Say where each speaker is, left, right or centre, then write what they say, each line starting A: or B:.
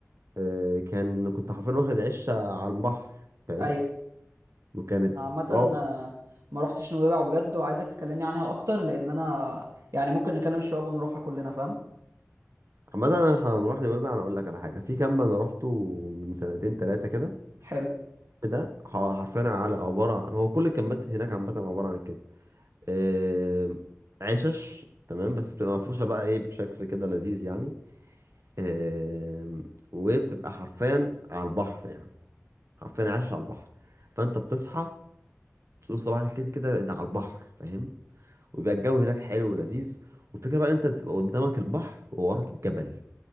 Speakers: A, on the right; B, on the right.
A: آه، كان كنت حرفيا واخد عشه على البحر فاهم
B: ايوه
A: وكانت
B: انا عامه
A: روعه
B: آه، ما رحتش نويبع بجد وعايزك تكلمني عنها اكتر لان انا يعني ممكن نكلم الشباب ونروحها كلنا فاهم
A: عامة انا هنروح نويبع انا اقول لك على حاجه في كامب انا روحته من سنتين ثلاثه كده
B: حلو
A: ده حرفيا على عباره عن هو كل الكامبات هناك عامه عباره عن كده آه، عشش تمام بس بتبقى مفروشة بقى ايه بشكل كده لذيذ يعني آه، وبتبقى حرفيا على البحر يعني حرفيا عايش على البحر فانت بتصحى تقول صباح الخير كده ده على البحر فاهم ويبقى الجو هناك حلو ولذيذ والفكرة بقى ان انت بتبقى قدامك البحر ووراك الجبل